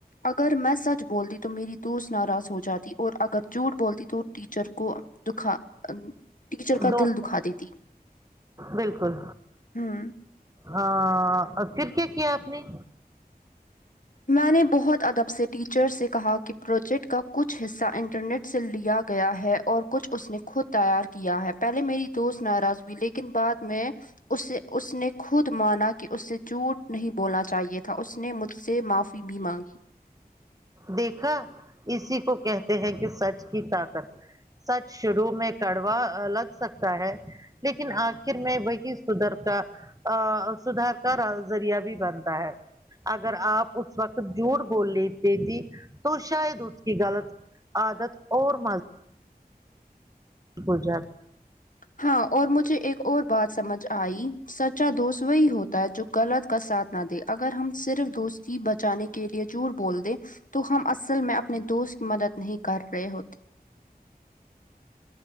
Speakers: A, on the left; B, on the right.
A: اگر میں سچ بولتی تو میری دوست ناراض ہو جاتی اور اگر جھوٹ بولتی تو ٹیچر کو دکھا ٹیچر کا
B: دو
A: دل دکھا دیتی
B: بالکل
A: ہوں
B: ہ پھر کیا کیا آپ نے
A: میں نے بہت ادب سے ٹیچر سے کہا کہ پروجیکٹ کا کچھ حصہ انٹرنیٹ سے لیا گیا ہے اور کچھ اس نے خود تیار کیا ہے پہلے میری دوست ناراض ہوئی لیکن بعد میں اسے اس نے خود مانا کہ اسے جوٹ نہیں بولنا چاہیے تھا اس نے مجھ سے سے معافی بھی مانگی
B: دیکھا اسی کو کہتے ہیں کہ سچ کی طاقت سچ شروع میں کڑوا لگ سکتا ہے لیکن آخر میں وہی سدھرتا ا سدھار کا ذریہ بھی بنتا ہے اگر آپ اس وقت جھوٹ بول لی دیتی تو شاید اس کی غلط عادت اور مزہ گجرات
A: ہاں اور مجھے ایک اور بات سمجھ آئی سچا دوست وہی ہوتا ہے جو غلط کا ساتھ نہ دے اگر ہم صرف دوستی بچانے کے لیے جور بول دیں تو ہم اصل میں اپنے دوست کی مدد نہیں کر رہے ہوتے